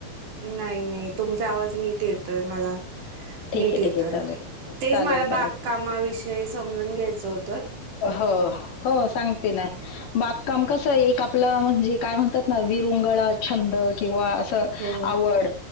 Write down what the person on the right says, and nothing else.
नाही नाही तुमचा आवाज नीट येतोय, मला
नीट
येतोय.
तेच
मला
बाग कामा विषयी म्हणून घ्यायचं होत
हो.